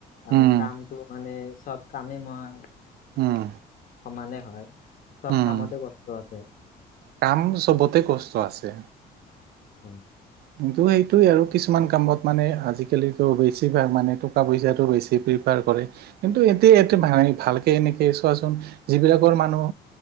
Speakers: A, on the left (about 55°); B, on the right (about 70°).
A: কাৰণ
B: উম,
A: কামটো মানে চব কামেই মই সমানে
B: উম,
A: হয় চব
B: উম,
A: কামতে কষ্ট আছে।
B: কাম চবতে কষ্ট আছে।
A: হয়।
B: কিন্তু সেইটোয়ে আৰু কিছুমান কামত মানে আজিকালিটো বেছি ভাগ মানে টকা পইচাটো বেছিকে কৰে কিন্তু এতে এতে মা ভালকে এনেকে চোৱাচোন যিবিলাকৰ মানুহ